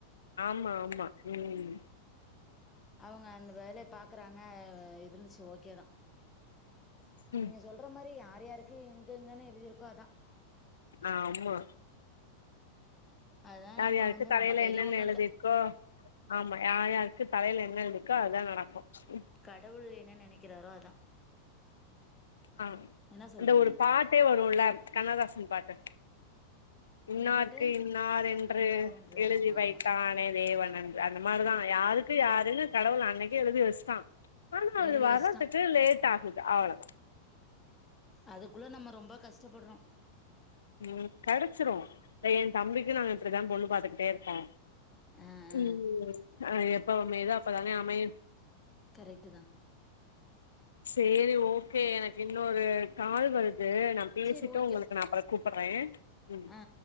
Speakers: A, on the left; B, on the left.
A: ஆமா ஆமா ம்
B: அவங்க அந்த வேலைய பாக்கறாங்க இருந்துச்சு ஓகேதா
A: ம்
B: நீங்க சொல்ற மாரி யார் யாருக்கு எங்க எங்கன்னு எழுதிருக்கோ அதா
A: ஆமா
B: அதா
A: யார்
B: நம்ம
A: யாருக்கு
B: வந்து
A: தலைல
B: நம்ம கையில
A: என்னென்ன
B: ஒண்ணு
A: எழுதிரு
B: இல்ல
A: க்கோ ஆமா யார் யாருக்கு தலேல என்ன எழுதிருக்கோ அதா நடக்கு ம்
B: கடவுள் என்ன நெனக்கிறாரோ அதா
A: ஆ
B: என்ன சொல்றீங்க
A: அந்த ஒரு பாட்டே வருல கண்ணதாசன் பாட்டு இன்னார்க்கு
B: என்ன பாட்டு
A: இன்னார் என்று
B: இன்னார் என்று
A: எழுதி
B: ஆமா
A: வைத்தானே
B: ஆமா
A: தேவன் அன் று அந்த மாரிதா யாருக்கு யாருனு கடவுள் அன்னைக்கே எழுதி வச்சிட்டா ஆனா அது
B: எழுதி
A: வரதுக்
B: வச்சுட்டா
A: கு லேட் ஆகுது அவ்ளதா
B: அதுக்குள்ள நம்ம ரொம்ப கஷ்டப்படுறோ
A: ம் கெடச்சிரும் என் தம்பிக்கு இப்டித்தா பொண்ணு பாத்துக்கிட்டே இருக்கோ
B: ஆ ஆ
A: ம் அ எப்ப அமைதோ அப்பதான அமையு
B: கரெட்டு தா
A: சேரி ஓகே எனக்கு இன்னொரு கால் வருது நம் பேசிட்டு
B: சேரி ஓகே
A: உங்களுக்கு நா அப்பற கூப்றே ம்
B: ஆ